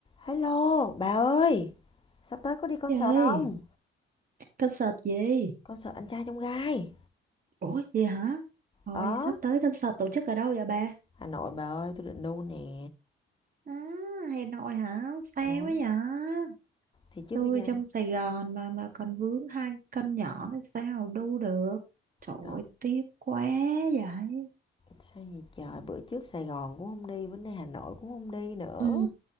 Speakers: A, on the left; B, on the right.
A: Hello, bà ơi, sắp tới có đi concert
B: Trời ơi,
A: không?
B: concert gì?
A: Concert anh trai trong gai.
B: Ủa, gì hả? Thôi,
A: Ở
B: sắp tới concert tổ chức ở đâu vậy bà?
A: Hà Nội bà ơi, tôi định đu nè.
B: Ừ, Hà Nội hả? Xa
A: Ừ.
B: quá vậy?
A: Thì chứ
B: Tôi
A: bây giờ
B: trong Sài Gòn mà mà còn vướng hai con nhỏ thì sao đu được? Trời
A: Đó.
B: ơi, tiếc quá vậy.
A: sao gì trời, bữa trước Sài Gòn cũng không đi, bữa nay Hà Nội cũng không đi nữa.
B: Ừ,